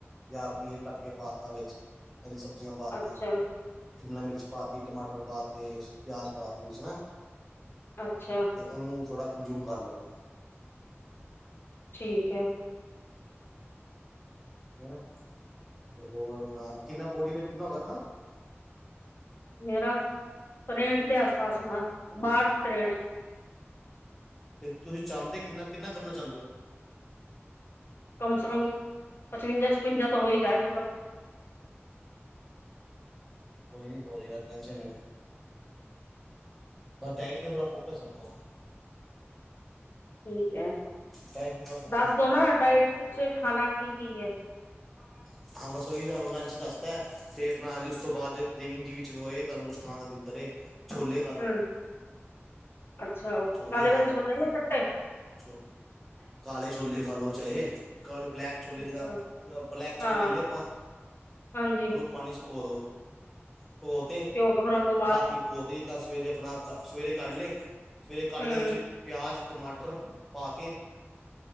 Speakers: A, in the centre; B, on the left.
A: ਜਾਂ ਪਨੀਰ ਕੱਟ ਕੇ ਪਾਤਾਾ ਵਿੱਚ ਹਰੀ ਸਬਜ਼ੀਆਂ ਪਾਤੀਆਂ
B: ਅੱਛਾ
A: ਸ਼ਿਮਲਾ ਮਿਰਚ ਪਾਤੀ ਟਮਾਟਰ ਪਾ ਤੇ ਪਿਆਜ਼ ਪਾ ਤੇ ਵਿੱਚ ਹਨਾ
B: ਅੱਛਾ
A: ਤੇ ਉਹਨੂੰ ਥੋੜਾ ਕੰਜਿਊਮ ਕਰ ਲੋ
B: ਠੀਕ ਏ
A: ਠੀਕ ਹੈ ਨਾ ਤੇ ਹੋਰ ਆਪਣਾ ਕਿੰਨਾ ਬੋਡੀ ਵੇਟ ਕਿੰਨਾ ਹੋ ਗਿਆ ਆਪਣਾ
B: ਮੇਰਾ ਤੇਟ ਦੇ ਆਸ ਪਾਸ ਹੋਣਾ ਬਾਾਹਟ
A: ਹਾਂਜੀ
B: ਤੇਂਟ
A: ਤੇ ਤੁਸੀਂ ਚਾਹੁੰਦੇ ਕਿੰਨਾ ਕਿੰਨਾ ਕਰਨਾ ਚਾਹੁੰਦੇ ਹੋ
B: ਕਮ ਸੇ ਕਮ ਪਚਵੰਜਾ ਛਪੰਜਾ ਤੋਂ ਹੋ ਹੀ ਰਏ
A: ਕੋਈ ਨੀ ਹੋਜਗਾ ਟੈਂਸ਼ਨ ਲੈ ਬਸ ਡਾਇਟ ਤੇ ਥੋੜ੍ਹਾ ਫੋਕਸ ਰੱਖੋ
B: ਠੀਕ ਹੈ
A: ਡਾਇਟ ਤੇ ਥੋੜਾ ਫੋਕਸ
B: ਦੱਸ
A: ਰੱਖੋ
B: ਦੋ ਨਾ ਡਾਇਟ ਸ ਖਾਣਾ ਕੀ ਕੀ ਹੈ
A: ਹਾਂ ਹਾਂ ਬਸ ਉਓਹੀ ਤੁਹਾਨੂੰ ਲੰਚ ਦੱਸਦਾ ਤੇ ਆਪਣਾ ਉਸ ਤੋਂ ਬਾਅਦ ਕੀਮਿੰਗ ਜ ਵਿੱਚ ਹੋਏ ਤੁਹਾਨੂੰ ਕੁਛ ਖਾਣ ਦਾ ਦਿਲ ਕਰੇ ਛੋਲੇ ਖਾ ਲੋ
B: ਹਮ ਅੱਛਾ ਉਹ
A: ਛੋਲੇ
B: ਕਾਲੇ
A: ਖਾ
B: ਵਾਲੇ
A: ਲੋ
B: ਛੋਲੇ ਹੈ ਚਟੇ
A: <unintelligible> ਕਾਲੇ ਛੋਲੇ ਖਾ ਲੋ ਚਾਹੇ ਕਾਲੇ ਬਲੈਕ ਛੋਲੇ
B: ਅੱਛਾ
A: ਜਿੱਦਾਂ ਬਲੈਕ ਚਣੇ
B: ਹਾਂ
A: ਲੈ ਲਏ ਆਪਾਂ
B: ਹਾਂਜੀ
A: ਉਹਨੂੰ ਪਾਣੀ ਚ ਭਕਾ ਦੋ, ਉਹ ਉਹਤੇ
B: ਗਾ ਫ ਨੂੰ
A: ਰਾਤੀ ਪਕ ਤੇ ਜਿੱਦਾਂ ਸਵੇਰੇ ਆਪਣਾ ਸਵੇਰੇ ਕੱਢ ਲਏ ਸਵੇਰੇ
B: ਹਮ
A: ਕੱਢ ਕੇ ਉਹਦੇ ਚ ਪਿਆਜ਼ ਟਮਾਟਰ ਪਾ ਕੇ